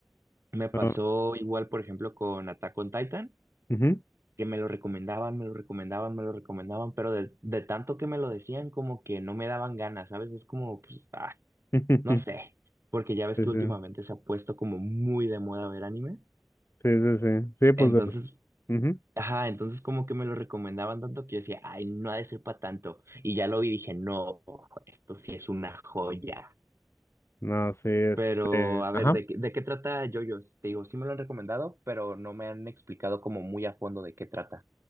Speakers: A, on the right; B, on the left.
A: Me pasó
B: Ah,
A: igual, por ejemplo, con Attack on Titan,
B: ujú.
A: que me lo recomendaban, me lo recomendaban, me lo recomendaban, pero de, de tanto que me lo decían, como que no me daban ganas, ¿sabes? Es como, pues, ah,
B: <laughs>
A: no sé, porque ya ves
B: Sí,
A: que
B: sí,
A: últimamente se ha puesto como muy de moda ver anime.
B: sí, sí, sí, sí, pues,
A: Entonces,
B: es- ujú.
A: Ajá, entonces como que me lo recomendaban tanto que yo decía, ay, no ha de ser para tanto. Y ya lo vi y dije, no, esto sí es una joya.
B: No, sí, este,
A: Pero, a
B: ajá.
A: ver, ¿de, qué- de qué trata JoJo's? Te digo, sí me lo han recomendado, pero no me han explicado como muy a fondo de qué trata.